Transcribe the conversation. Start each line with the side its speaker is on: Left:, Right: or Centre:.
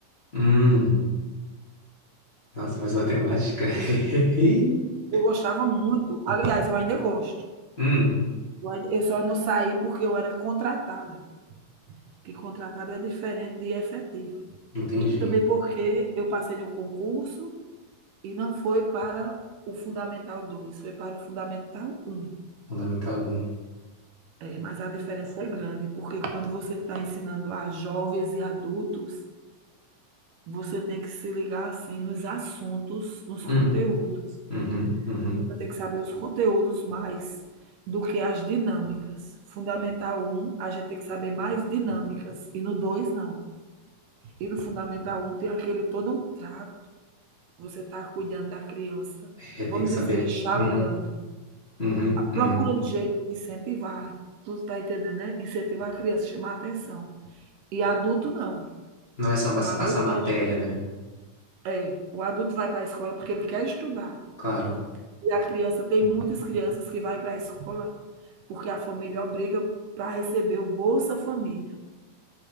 Left: Hum, nossa, mas matemática. <laughs>
Right: Eu gostava muito. Aliás, eu ainda gosto.
Left: Hum,
Right: Eu ai- eu só não saí porque eu era contratada. que contratada é diferente de efetiva.
Left: entendi.
Right: E também porque eu passei no concurso e não foi para o Fundamental dois foi para o Fundamental um
Left: Fundamental um.
Right: É, mas a diferença é grande, porque quando você está ensinando a jovens e adultos, você tem que se ligar assim nos assuntos, nos
Left: Hum,
Right: conteúdos.
Left: uhum, uhum.
Right: Você tem que saber os conteúdos mais do que as dinâmicas. Fundamental um a gente tem que saber mais dinâmicas, e no 2 não. E no Fundamental um tem aquele todo o trato Você está cuidando da criança,
Left: É, tem
Right: vamos
Left: que saber.
Right: dizer, chalerando,
Left: Uhum, uhum,
Right: a- procurando
Left: uhum.
Right: jeito de incentivar. Tu está entendendo, né? Incentivar a criança, chamar a atenção. E adulto não.
Left: Não é só mas-
Right: O adulto
Left: passar matéria,
Right: vai,
Left: né?
Right: é, o adulto vai para a escola porque ele quer estudar.
Left: Claro.
Right: E a criança, tem muitas crianças que vai para a escola porque a família obriga para receber o Bolsa Família.